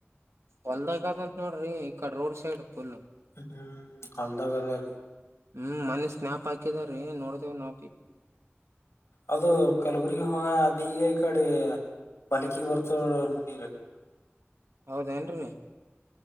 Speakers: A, on the right; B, on the left.
A: ಹೊಲ್ದಾಗತ್ಂತ ನೋಡ್ರಿ ಈಕಡೆ ರೋಡ್ ಸೈಡ್ ಫುಲ್
B: ಹ್ಮ್ ಅಲ್ದಾಗಾದಾರ್
A: ಹ್ಮ್ ಮನೆ ಸ್ನಾಪ್ ಹಾಕಿದಾರೀ ನೋಡ್ದೇವ ನೋಪಿ
B: ಅದು ಕಲಬುರಗಿ ಹೋಗ ಅದ ಈಗ ಈ ಕಡೆ ಬಲಕಿ ಬರ್ತಾವ ಅವರ್ ಮನಿಗೆ
A: ಹೌದೇನ್ರರಿ